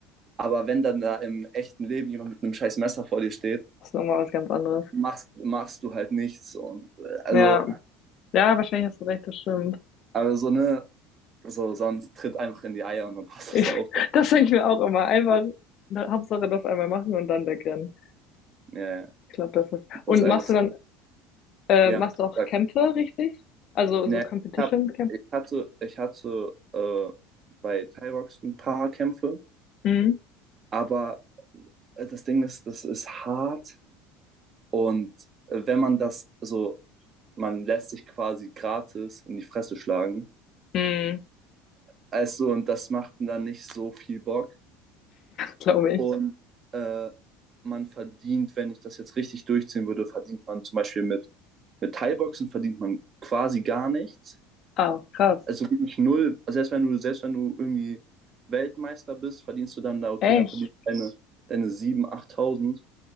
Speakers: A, on the right; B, on the left.
A: Aber wenn dann da im echten Leben jemand mit einem scheiß Messer vor dir steht,
B: das ist nochmal was ganz anderes.
A: machst, machst du halt nichts. Und äh, also,
B: Ja, ja, wahrscheinlich hast du recht, das stimmt.
A: aber so, ne, so, sonst tritt einfach in die Eier und dann <laughs> passt
B: Ich,
A: das
B: <laughs>
A: auch.
B: das denke ich mir auch immer. Einfach, na, Hauptsache das einmal machen und dann wegrennen.
A: Ja, ja.
B: Ich glaube, das ist.
A: Sonst
B: Und
A: einfach
B: machst
A: so,
B: du dann, äh,
A: ja,
B: machst du auch
A: sag,
B: Kämpfe, richtig? Also
A: ne,
B: so Competition-Kämpfe?
A: ich hab, ich hatte, ich hatte äh, bei Thaibox ein paar Kämpfe,
B: Hm,
A: aber äh, das Ding ist, das ist hart und äh, wenn man das so, man lässt sich quasi gratis in die Fresse schlagen.
B: hm,
A: Also, und das macht dann nicht so viel Bock.
B: glaube ich.
A: Und äh, man verdient, wenn ich das jetzt richtig durchziehen würde, verdient man zum Beispiel mit, mit Thai-Boxen verdient man quasi gar nichts.
B: Ah, krass.
A: Also wirklich null. Also Selbst wenn du, selbst wenn du irgendwie Weltmeister bist, verdienst du dann da, okay,
B: Echt?
A: dann verdienst du deine, deine 7.000, 8.000,